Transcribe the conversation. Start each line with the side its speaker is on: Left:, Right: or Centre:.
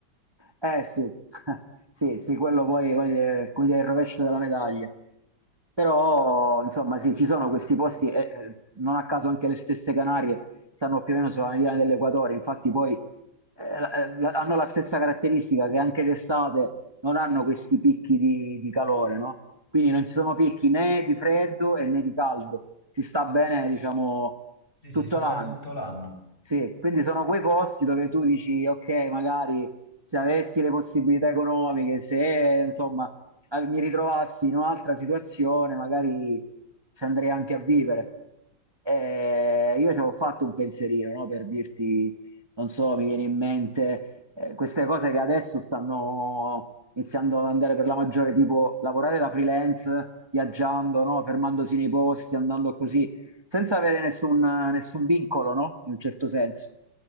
Right: Eh sì, <laughs> sì, sì, quello poi come dire, come dire, è il rovescio della medaglia. Però, insomma, sì, ci sono questi posti, e, eh, non a caso anche le stesse Canarie stanno più o meno sulla mediana dell'equatore, infatti poi eh, la- eh, la- hanno la stessa caratteristica che anche d'estate non hanno questi picchi di, di calore, no? Quindi non ci sono picchi né di freddo e né di caldo, si sta bene, diciamo,
Left: Sì,
Right: tutto
Left: si sta
Right: l'anno.
Left: bene tutto l'anno.
Right: Sì, quindi sono quei posti dove tu dici, ok, magari se avessi le possibilità economiche, se insomma eh, mi ritrovassi in un'altra situazione, magari ci andrei anche a vivere. Eh, io ci avevo fatto un pensierino, no? Per dirti, non so, mi viene in mente eh, queste cose che adesso stanno iniziando ad andare per la maggiore, tipo lavorare da freelance, viaggiando, no? Fermandosi nei posti, andando così, senza avere nessun, nessun vincolo, no? In un certo senso.